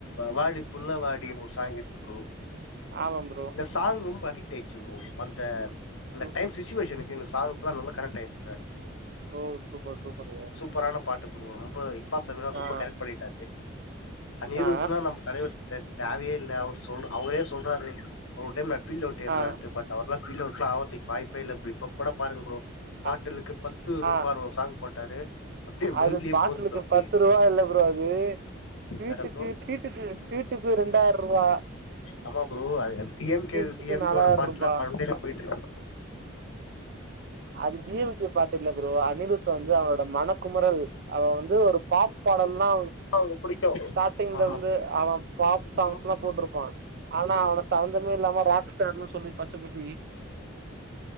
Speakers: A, on the left; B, on the right.
A: வாடி புள்ள வாடின்னு ஒரு சாங்கு இருக்கு ப்ரோ
B: ஆமா ப்ரோ
A: சாங் ரொம்ப அடிக்ட் ஆயிடுச்சு ப்ரோ அந்த அந்த
B: சூப்பர்
A: டைம் சுச்சுவேஷனுக்கு இந்த சாங்ஸ்ல்லா நல்லா கனெக்ட் ஆயிருக்கு ரெடி
B: ஓ சூப்பர் சூப்பர் ப்ரோ
A: சூப்பரான பாட்டு ப்ரோ ரொம்ப ஹிப்பாப் தமிழா ரொம்ப
B: ஆ
A: கனெக்ட் பண்ணிட்டாரு அனிரூத்ன்னா
B: ஆ
A: நம்ம தலைவர் தே தேவயே இல்ல அவர் சொல் அவரே சொல்றாரு ஒரு டைம் நா ஃபீல்ட் அவுட்ன்றாரு
B: ஆ
A: பட் அவர்ல்லா ஃபீல்ட் அவுட்லா ஆவுரதுக்கு வாய்ப்பே இல்ல இப்ப கூட பாருங்க ப்ரோ
B: ஆ
A: பாட்டுலுக்கு பத்து ரூபான்னு
B: ஆ
A: ஒரு சாங்க் போட்டாரு அப்டியே
B: அது
A: மைண்ட்லயே
B: பாட்டுலுக்கு
A: போது ப்ரோ அப்டியே
B: பத்து ரூவா இல்ல ப்ரோ அது வீட்டுக்கு
A: வேற ப்ரோ
B: வீட்டுக்கு வீட்டுக்கு ரெண்டாயிர ரூவா
A: ஆமா ப்ரோ அது டி எம் கே
B: ரீல்ஸுக்கு
A: டி எம்
B: நாலாயிர
A: கேயோட பாட்டுலா
B: ரூபா
A: மண்டேல போயிட்டு இருக்கு
B: அது டி எம் கே பாட்டு இல்ல ப்ரோ அனிருத் வந்து அவரோட மனக் குமறல் அத வந்து ஒரு பாட்டு பாடனுன்னா
A: அவனுக்கு புடிக்கு
B: ஸ்டார்ட்டிங்ல
A: ஆமா
B: இருந்து அவே பாப் சாங்ஸ்ல்லா
A: ஆமா
B: போட்ருப்பா ஆனா அவன சார்ந்த எதுமே இல்லாம ராக் ஸ்டார்ன்னு சொல்லி பச்ச குத்தி